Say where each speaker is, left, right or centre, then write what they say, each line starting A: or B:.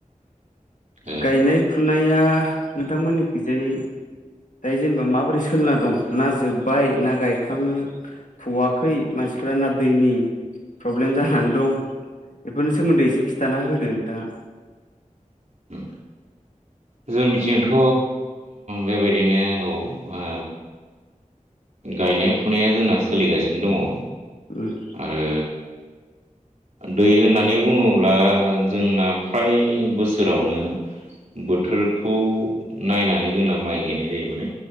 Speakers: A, on the right; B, on the left.
A: जायो
B: गायनाय -फुनाया नोंथांमोननिखिजाय दायो जेनेबा माबोरै सोलिना दं ना जोब्बाय ना गायखांथ'वाखै मा सिफोरा ना दैनि प्रब्लेम जानानै दं बेफोरनि सोमोन्दै एसे खिन्थाना होदो नोंथाङा। <inaudible>
A: औ जोंनिथिंथ' बेबायदिनो औ ओ गायनाय -फुनाया जोंना सोलिगासिनो दङ।
B: उम
A: आरो दै होननानै बुङोब्ला जोंना फ्राय बोसोरावनो बोथोरखौ नायनानै जोंना माइ गायनाय जायो माने